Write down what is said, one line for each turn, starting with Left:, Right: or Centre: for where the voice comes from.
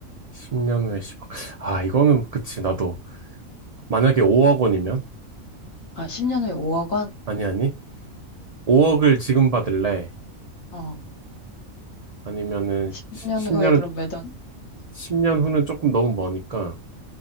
Right: 10년 후에 10억. 아 이거는 그치 나도 만약에 5억 원이면
Left: 아, 10년 후에 5억 원?
Right: 아니 아니 5억을 지금 받을래?
Left: 어,
Right: 아니면은
Left: 10년
Right: 10년
Left: 후에 그럼 몇 원?
Right: 10년 후는 조금 너무 머니까